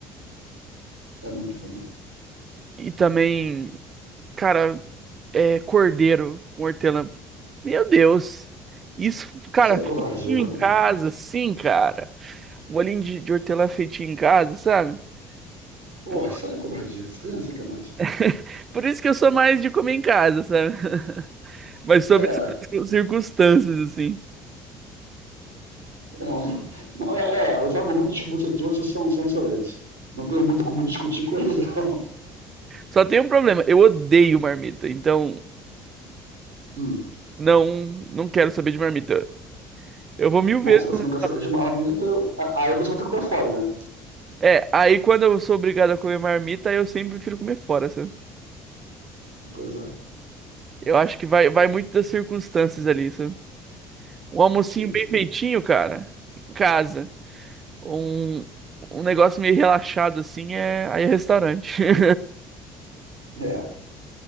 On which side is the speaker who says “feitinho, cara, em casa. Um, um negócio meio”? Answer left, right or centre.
Right